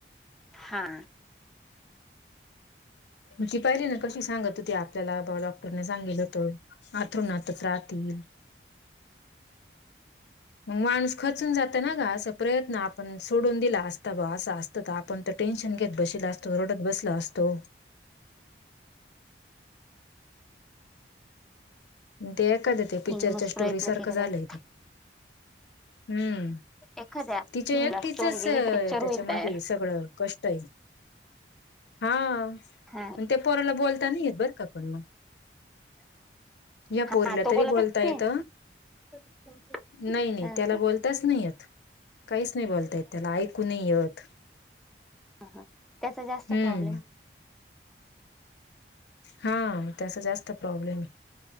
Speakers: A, in the centre; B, on the left.
A: हा.
B: म्ह ती पाहिली ना कशी सांगत होती, आपल्याला डॉक्टर न सांगेल होत आथरुणातचं राहतील. मग माणूस खचून जात ना ग असं प्रयत्न आपण सोडून दिला असता बा असा असत आपण तर टेन्शन घेत बशीला असतो, रडत बसलो असतो. ते का ते ते पिक्चरच्या
A: तिने मस्त
B: स्टोरी
A: प्रयत्न
B: सारखं
A: केले बाई
B: झालंय ते. हम्म!
A: एखाद्या
B: तिच एकटीचचं
A: फिल्मला स्टोरी गेली तर पिक्चर
B: त्याच्या
A: होईल
B: मागे
A: तयार
B: सगळं कष्ट आहेत, हा
A: हा
B: त्या पोराला बोलता नाहीे येत, बरं का पण मग. <inaudible> या पोरीला
A: हा तो
B: तरी
A: बोलतच
B: बोलता येत,
A: नाही ना
B: नाही नाही
A: हा
B: त्याला
A: हा
B: बोल ताच नाही येत काहीच नाही बोलतायेत, त्याला ऐकू नाही येत.
A: ह हा तसा जास्त
B: हम्म
A: प्रॉब्लेम
B: हा, तसा जास्त प्रॉब्लेम ये,